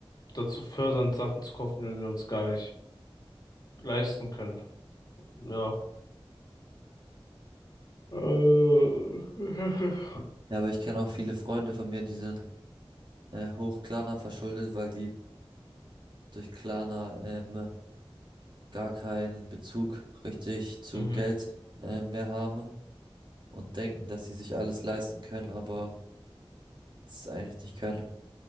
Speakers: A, on the left; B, on the right.
A: dazu fördern, Sachen zu kaufen, die wir uns gar nicht leisten können. Ja. Äh. <laughs>
B: Ja, aber ich kenne auch viele Freunde von mir, die sind äh, hoch Klarna verschuldet, weil die durch Klarna ähm, gar keinen Bezug richtig zu
A: Mhm.
B: Geld äh, mehr haben und denken, dass sie sich alles leisten können, aber es eigentlich nicht können.